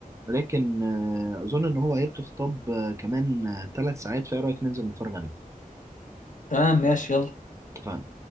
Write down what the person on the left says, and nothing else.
تمام ماشي يلا